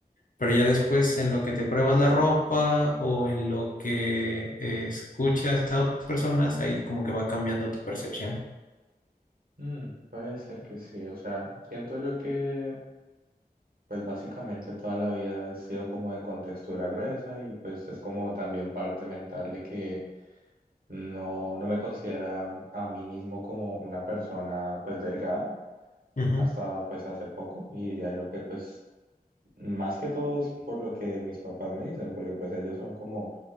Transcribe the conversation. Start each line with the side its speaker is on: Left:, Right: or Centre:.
Left: Pero ya después en lo que te pruebas la ropa o en lo que eh, escuchas a otras personas, ahí como que va cambiando tu percepción.
Right: Mm, puede ser que sí, o sea, siento yo que pues básicamente toda la vida he sido como de contextura gruesa y pues es como también parte mental de que no, no me considera a mí mismo como una persona pues delgada
Left: Ujú.
Right: hasta pues hace poco y diría yo que pues más que todo es por lo que mis papás me dicen, porque pues ellos son como